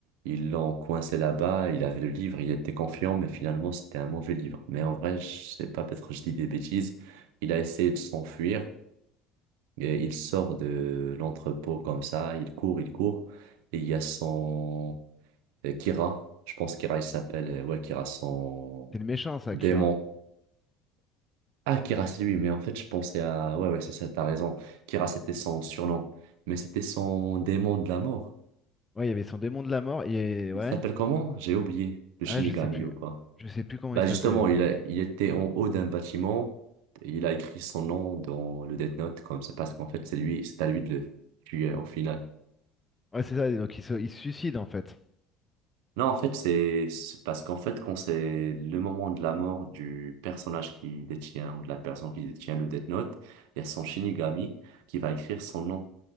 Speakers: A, on the right; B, on the left.
A: Ils l'ont coincé là-bas, il avait le livre, il était confiant, mais finalement, c'était un mauvais livre. Mais en vrai, je sais pas, peut-être que je dis des bêtises. Il a essayé de s'enfuir et il sort de l'entrepôt comme ça, il court, il court. Et il y a son euh, Kira, je pense Kira, il s'appelle, euh, ouais, Kira, son
B: C'est le méchant, ça,
A: démon.
B: Kira.
A: Ah, Kira, c'est lui, mais en fait, je pensais à, ouais, ouais, c'est ça, t'as raison. Kira, c'était son surnom, mais c'était son démon de la mort.
B: Ouais, il y avait son démon de la mort, et ouais,
A: Il s'appelle comment? J'ai oublié. Le
B: ah,
A: Shinigami
B: je sais plus.
A: ou quoi?
B: Je sais plus comment
A: Bah
B: il s'appelait.
A: justement, il a, il était en haut d'un bâtiment. et il a écrit son nom dans le Death Note comme ça parce qu'en fait c'est lui, c'est à lui de le tuer au final.
B: Ouais, c'est ça, donc il se, il se suicide en fait.
A: Non, en fait c'est c'est parce qu'en fait quand c'est le moment de la mort du personnage qui détient ou de la personne qui détient le Death Note, il y a son Shinigami qui va écrire son nom.